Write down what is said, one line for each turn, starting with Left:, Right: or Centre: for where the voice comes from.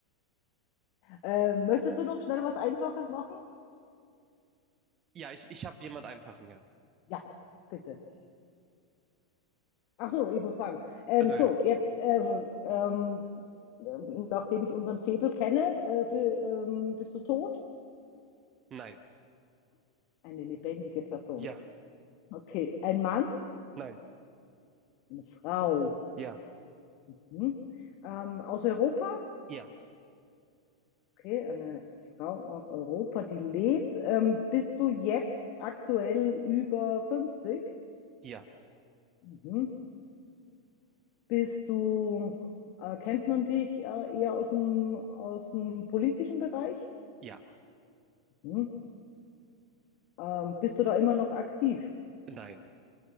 Left: Äh, möchtest du noch schnell was Einfaches machen?
Right: Ja, ich, ich habe jemand einfachen, ja.
Left: Ja, bitte. Ach so, ich muss fragen. Ähm,
Right: Also
Left: so,
Right: ja.
Left: jetzt, ähm, ähm, ähm, nachdem ich unseren Febel kenne, äh, bi- ähm, bist du tot?
Right: Nein.
Left: Eine lebendige Person.
Right: Ja,
Left: Okay, ein Mann,
Right: nein,
Left: eine Frau.
Right: ja,
Left: Mhm. Ähm, aus Europa?
Right: ja,
Left: Okay, eine Frau aus Europa, die lebt. Ähm, bist du jetzt aktuell über 50?
Right: ja.
Left: Mhm. Bist du, äh, kennt man dich äh, eher aus dem, aus dem politischen Bereich?
Right: Ja,
Left: Mhm. Ähm, bist du da immer noch aktiv?
Right: nein.